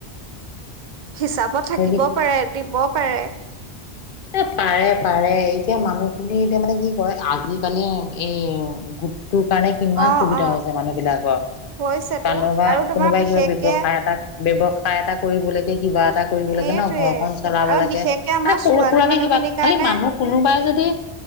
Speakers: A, on the right; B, on the left.
A: হিচাপত থাকিব
B: হেৰি
A: পাৰে এ দিব পাৰে
B: এ পাৰে পাৰে এতিয়া মানুহ খিনি এতিয়া মানে কি কয় আজিকালি এই গ তোৰ কাৰণে কিমান
A: অ
B: সুবিধা
A: অ
B: হৈছে মানুহ বিলাকৰ
A: হৈছেতো
B: কাৰোনোবা
A: আৰু তোমাৰ
B: কোনোবাই
A: বিশেষকে
B: কিবা ব্যৱসায় এটা ব্যৱসায় এটা কৰিবলেকে কিবা এটা কৰিব লাগে
A: এইটোৱে
B: ন ঘৰখন চলাব
A: আৰু
B: লাগে
A: বিশেষকে আমাৰ
B: মানে
A: ছোৱালী
B: সৰু সুৰাকে
A: মানুহখিনিৰ
B: কিবা
A: কাৰণে
B: খালি মানুহ কোনোবাই যদি